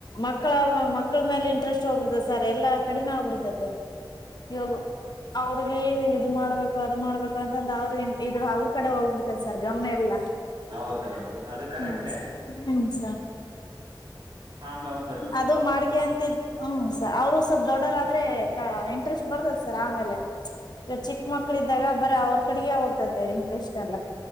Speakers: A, on the left; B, on the right.
A: ಮಕ್ಕಳ ಮಕ್ಕಳ ಮೇಲೆ ಇಂಟ್ರೆಸ್ಟ್ ಹೋಗ್ಬಿಡ್ತದೆ ಸರ್ ಎಲ್ಲಾ ಕಡಿಮೆ ಆಗ್ಬಿಡ್ತೈತಿ. ಇವಾಗ ಅವರಿಗಿ ಇದ್ ಮಾಡ್ಬೇಕು ಅದ್ ಮಾಡ್ಬೇಕು ಅಂತಂದ್ ಅವರು ಇದು ಅವರ ಕಡೆ ಹೋಗ್ಬಿಡ್ತದ ಸರ್ ಗಮನ ಎಲ್ಲಾ
B: ಹೌದೌದು ಅದು ಕರೆಕ್ಟೇ
A: ಹ್ಮ. ಹ್ಸ್ ಸರ್
B: ಆಮೇಲ್ ಅವರ್
A: ಅದು ಮಾಡ್ಕ್ಯಂತಿದ್ ಹ್ಮ ಸರ್ ಅವರು ಸ್ವಲ್ಪ್ ದೊಡ್ಡವ್ರದ್ರೆ ಇಂಟ್ರೆಸ್ಟ್ ಬರ್ತದ ಸರ್ ಆಮೇಲೆ. ಚಿಕ್ಕ ಮಕ್ಕಳು ಇದ್ದಾಗ ಬರೀ ಅವರು ಕಡೆಗೆ ಹೋಗ್ತತೆ ಇಂಟ್ರೆಸ್ಟ್ ಎಲ್ಲ.